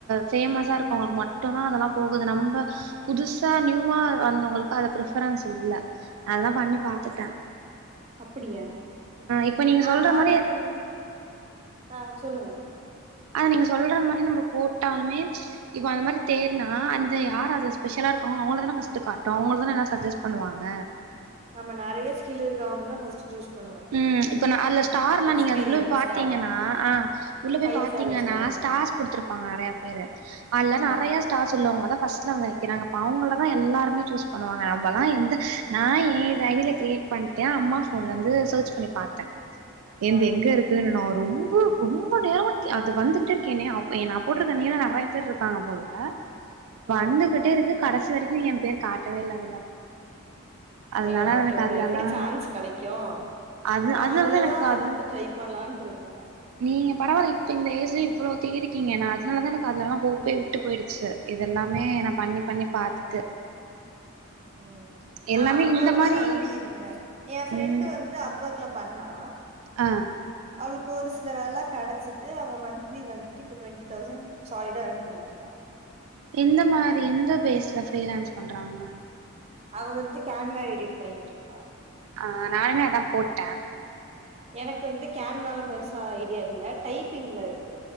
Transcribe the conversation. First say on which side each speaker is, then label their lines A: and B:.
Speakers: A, on the right (about 75°); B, on the right (about 30°).
A: ஃபேமஸா இருக்கோவங்களுக்கு மட்டுந்தா அதெல்லா போகுது நம்ம புதுசா நியூவா வந்தவுங்களுக்கு அத ப்ரஃபரன்ஸ் இல்ல அதா பண்ணி பாத்துட்ட
B: அப்படியா
A: இப்ப நீங்க
B: நா
A: சொல்ற
B: பாத்தப்ப
A: மாரி
B: வந்துட்டு ஆ சொல்லுங்க
A: அதா நீங்க சொல்ற மாரி நம்ம போட்டாலுமே இப்போ அந்த மாரி தேர்னா அந்த யார் அதுல ஸ்பெஷலா இருங்காங்களோ அவுங்கள தான ஃபஸ்ட்டு காட்டு அவுங்களுக்கு தான சஜஸ்ட் பண்ணுவாங்க
B: ஆமா நறைய ஸ்கில் இருக்குறவங்கள தா ஃபர்ஸ்ட் சூஸ் பண்ணுவாங்க
A: ம் இப்ப ந அதுல ஸ்டார்ல்லா
B: எக்ஸ்பீரியன்ஸ்டா
A: நீங்க அது குள்ள போய் பாத்தீங்கன்னா ஆ உள்ள போய்
B: ஃபைவ்
A: பாத்தீங்கன்னா
B: ஸ்டார் வச்சிருக்காங்க
A: ஸ்டார்ஸ் குடுத்துருப்பாங்க நறைய பேரு அதுல்ல
B: ஆ
A: நறைய ஸ்டார்ஸ் உள்ளவங்களதா ஃபர்ஸ்ட்ல வந்து நிக்கிறாங்க அப்ப அவுங்களதா எல்லாருமே சூஸ் பண்ணுவாங்க நம்மல்லா எந்த நா ஏன் இது ஐ டி ல கிரியேட் பண்ணிட்டே அம்மா ஃபோன்ல இருந்து சர்ச் பண்ணி பார்த்தே என்து
B: ஆ
A: எங்க இருக்குன்னு நா ரொம்ப ரொம்ப நேரமா அது வந்துகிட்டே இருக்கே நா போட்ருக்க நேம்ல நறைய பேரு இருக்காங்க போல வந்துகிட்டே
B: ஆ
A: இருக்கு கடைசி வரைக்கூ என் பேர் காட்டவே இல்ல அதுல அதனால
B: ஐயோ நமக்கு
A: எனக்கு
B: அப்ப
A: அதுலல்லா
B: எப்பிடி சான்ஸ் கெடைக்கூ
A: அது
B: நா
A: அதனாலதா
B: அதுலதா
A: எனக்கு அது
B: எதாவ்து ட்ரை பண்லான்ட்ருந்தே
A: நீங்க பரவால்ல இப்போ இந்த ஏஜ்ல இவ்வளோ தேடிருக்கீங்க நா அதனால தா எனக்கு அதுலலா ஹோப்பே விட்டு போயிடுச்சு இதெல்லாமே நா பண்ணி பண்ணி பாத்துட்டு
B: ம் நா
A: எல்லாமே
B: அப்பாக்குதா
A: இந்த மாரி
B: நம்பி இருந்தே என் ஃப்ரெண்டு
A: ம்
B: வந்துட்டு அப் போக்ல பண்ணா
A: ஆ
B: அவளுக்கு ஒரு சில வேல கெடச்சிது அவ மந்த்லி வந்துட்டு இப்ப டுவெண்டி தௌசண்ட் சாலிடா ஏர்ன் பண்ணிட்டுருக்கா
A: எந்த மாரி எந்த பேஸ்ல ஃப்ரீலான்ஸ் பண்றாங்க
B: அவ வந்துட்டு கேன்வா எடிட் பண்ணிட்ருக்கா
A: ஆ நானுமே அதா போட்
B: எனக்கு வந்து கேன்வால பெருசா ஐடியா இல்ல டைப்பிங்ல இருக்கு